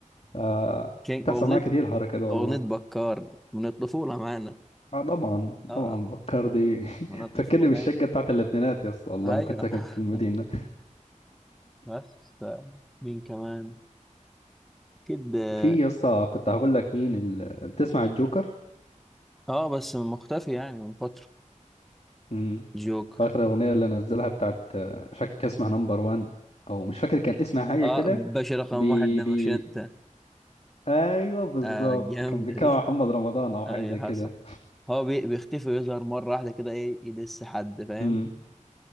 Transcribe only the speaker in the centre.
كينج
اغنية
اغنية بكار من الطفولة معانا
اه
من الطفولة
يعني
ايوه
<laughs> بس آه، مين كمان؟ اكيد اه
آه، بس مختفي يعني من فترة
جوكر
اه
باشا رقم
واحد ده
مش انت
اه جامدة
دي
ايوه
حصل هو بي- بيختفي ويظهر مرة واحدة كده ايه يدس حد فاهم